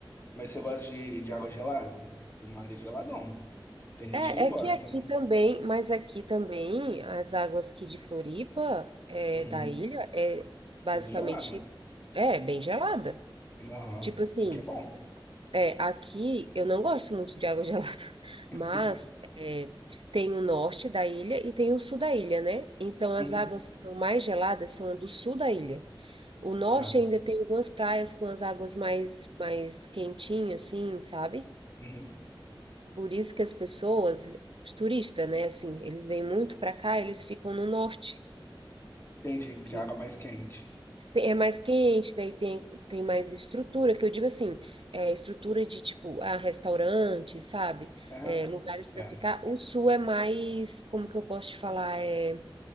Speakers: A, on the left (about 25°); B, on the right (about 80°).
A: Mas você gosta de, de água gelada? O mar é geladão. Tem gente
B: É,
A: que não
B: é
A: gosta,
B: que aqui
A: né?
B: também, mas aqui também, as águas aqui de Floripa, é,
A: Uhum.
B: da ilha, é basicamente,
A: Tudo gelado, né?
B: é, bem gelada.
A: Aham.
B: Tipo assim,
A: Isso aqui é bom.
B: é, aqui eu não gosto muito de água <laughs> gelada,
A: <laughs>
B: mas é, tem o norte da ilha e tem o sul da ilha, né? Então as
A: Uhum.
B: águas que são mais geladas são a do sul da ilha. O norte
A: Ah,
B: ainda tem algumas praias com as águas mais, mais quentinhas, assim, sabe?
A: uhum.
B: Por isso que as pessoas, os turistas, né, assim, eles vêm muito para cá, eles ficam no norte,
A: Entendi,
B: porque
A: que a água é mais quente.
B: te- é mais quente, daí tem, tem mais estrutura, que eu digo assim, é estrutura de tipo, ah, restaurante, sabe?
A: Ah,
B: É, lugares para
A: é.
B: ficar. O sul é mais, como que eu posso te falar? É,